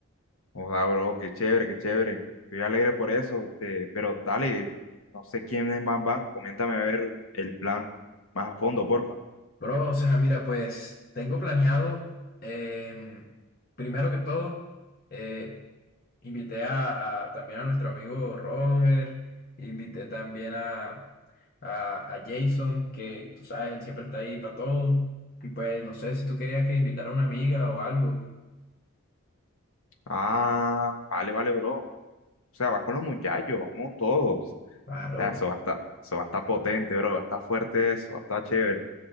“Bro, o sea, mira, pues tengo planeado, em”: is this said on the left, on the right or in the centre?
Left